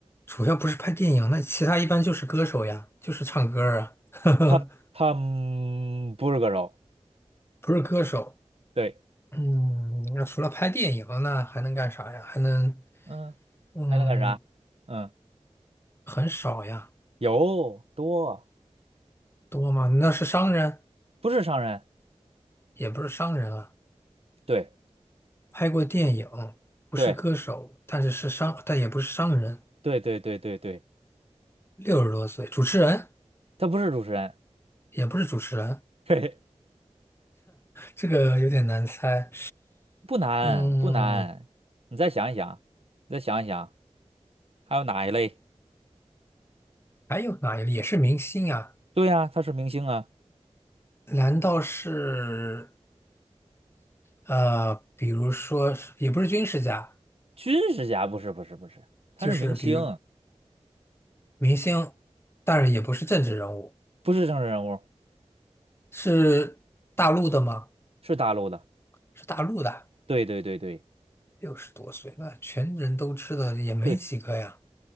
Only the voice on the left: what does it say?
主要不是拍电影，那其他一般就是歌手呀，就是唱歌儿啊，<laughs> 呵呵，
不是歌手。
嗯，那除了拍电影，那还能干啥呀？还能，
嗯，
很少呀，
多吗？那是商人。
也不是商人啊，
拍过电影，不是歌手，
但是是商，但也不是商人，
六十多岁，主持人
也不是主持人，
这个有点难猜。
嗯，
还有哪一类也是明星啊？
难道是呃，比如说是也不是军事家，
就是比如明星，但是也不是政治人物，
是大陆的吗？
是大陆的，
六十多岁，那全人都知道也没几个呀。